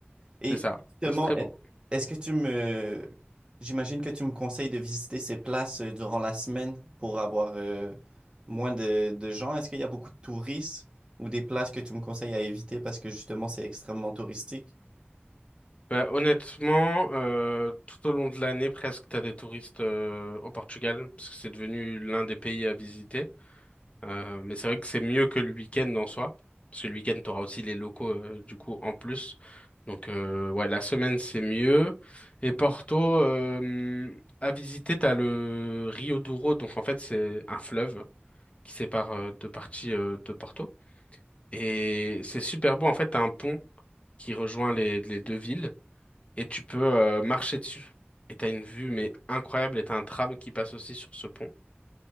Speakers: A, on the right (about 20°); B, on the left (about 30°).
A: Et
B: C'est ça,
A: justement,
B: c'est très beau.
A: e- est-ce que tu me, j'imagine que tu me conseilles de visiter ces places euh, durant la semaine pour avoir euh, moins de, de gens. Est-ce qu'il y a beaucoup de touristes ou des places que tu me conseilles à éviter parce que justement c'est extrêmement touristique?
B: Bah, honnêtement, euh, tout au long de l'année, presque, t'as des touristes euh, au Portugal, parce que c'est devenu l'un des pays à visiter. Euh, mais c'est vrai que c'est mieux que le week-end en soi, parce que le week-end, t'auras aussi les locaux, euh, du coup, en plus. Donc, euh, ouais, la semaine, c'est mieux. Et Porto, euh, à visiter, t'as le Rio Douro, donc en fait, c'est un fleuve qui sépare euh, deux parties euh, de Porto. Et c'est super beau, en fait, t'as un pont qui rejoint les les deux villes et tu peux euh, marcher dessus. Et t'as une vue mais incroyable et t'as un tram qui passe aussi sur ce pont.